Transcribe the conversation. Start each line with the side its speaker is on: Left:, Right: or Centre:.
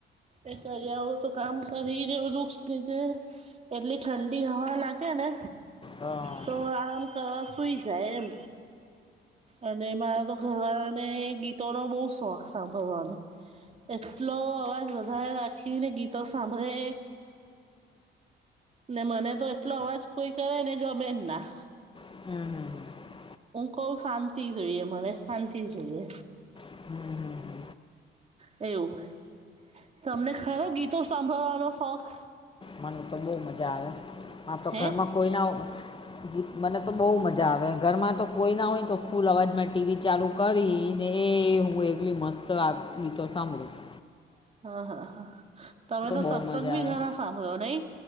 Right: એ કરી આવો તો કામ કરી દવ વૃક્ષ નીચે એટલે. ઠંડી હવા લાગે ને
Left: હમ હમ હમ હમ હમ હમ હમ હમ
Right: તો આરામ. સુઈ જાય એમ. અને મારા તો ઘરવાળાને ગીતોનોો બહુ શોખ સાંભળવાનો. એટલો અવાજ વધારે રાખીને ગીતો સાંભળે. ને મને તો એટલો અવાજ કોઈ કરે ને ગમે ના.
Left: હમ હમ હ.
Right: હું કઉ શાંતિ જોઈએ મને શાંતિ જોઈએ.
Left: હમ હમ.
Right: એવું. તમને ખરો ગીતો સાંભળવાનો શોખ.
Left: મને તો બહુ મજા આવે આ તો
Right: હે
Left: ઘરમાં કોઈ ના હો. ગીત મને તો બહુ મજા આવે ઘરમાં તો કોઈ ના હોય તો ફૂલ અવાજમાં ટીવી ચાલુ. કરીને હું એકલી મસ્ત ગીતો સાંભળું છ.
Right: હા હા હા તમે તો
Left: બહુ
Right: સત્સંગ
Left: મજા
Right: બી
Left: આવે
Right: ઘણા સાંભળો નઈ.